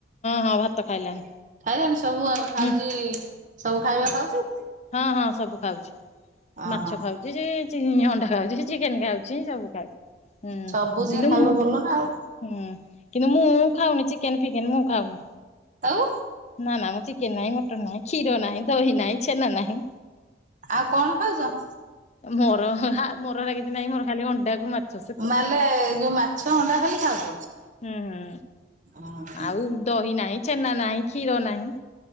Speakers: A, on the left (about 35°); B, on the right (about 45°).
A: ହଁ ଭାତ ଖାଇଲାଣି
B: ଖାଇଲାଣି ସବୁ ଆ ଖାଉଛି
A: ହୁଁ
B: ସବୁ ଖାଇବା ଖାଉଛି।
A: ହଁ ହଁ ସବୁ ଖାଉଛି
B: ଓହୋ
A: ମାଛ ଖାଉଛି ସେ ଚି ଅଣ୍ଡା ଖାଉଛି ଚିକେନ ଖାଉଛି ସବୁ ଖାଉଛି ହୁଁ
B: ସବୁ ଯିଏ
A: କିନ୍ତୁ
B: ଖାଇବ
A: ମୁଁ
B: ଭଲ ନା ଆଉ
A: ହୁଁ କିନ୍ତୁ ମୁଁ ଖାଉନି ଚିକେନ। ଚିକେନ ମୁଁ ଖାଉନି
B: ଆଉ
A: ନା ନା ମୁଁ ଚିକେନ ନାହିଁ ମଟନ ନାହିଁ କ୍ଷୀର ନାହିଁ ଦହି ନହିଁ ଛେନା ନାହିଁ
B: ଆଉ କଣ ଖାଉଛ?
A: ମୋର ମୋର <unintelligible> କିଛି ନାଇଁ ମୋର ଖାଲି ଅଣ୍ଡାକୁ ମାଛ ସେତିକି
B: ମାନେ ଯୋଉ ମାଛ ଅଣ୍ଡା ଖାଲି ଖାଉଛ?
A: ହୁଁ -ହୁଁ।
B: ଓହୋ
A: ଆଉ ଦହି ନାହିଁ, ଛେନା ନାହିଁ, କ୍ଷୀର ନାହିଁ